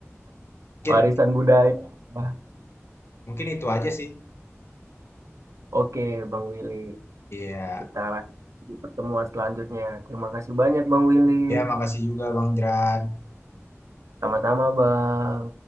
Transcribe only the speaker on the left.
Mungkin
mungkin itu aja sih.
Iya,
ya makasih juga Bang Jeran.